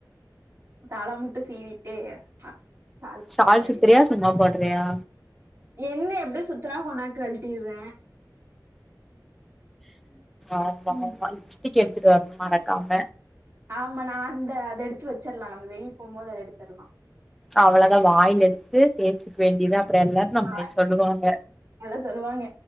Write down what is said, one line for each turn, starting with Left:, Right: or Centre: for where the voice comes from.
Right: தல மட்டு சீவிட்டு அ சுத்திர
Centre: சால்
Right: வேண்டி
Centre: சுத்துறியா சும்மா போடுறியா
Right: என்ன எப்டி சுத்துனா கொஞ்சோ நேரத்துல கழட்டிருவே
Centre: ஆமா
Right: ம்
Centre: ஆமா லிப்ஸ்டிக் எடுத்துட்டு வர்ணு மறக்காம
Right: ஆமா நா அந்த அத எடுத்து வச்சிற்லா நம்ம வெளிய போம்போது அத எடுத்தர்ல
Centre: அவ்ளோதா வாயில எடுத்து தேய்சுக்க வேண்டியது அப்றோ எல்லாரு நம்மளே
Right: ஆ,
Centre: சொல்லுவாங்க
Right: நல்லா சொல்லுவாங்க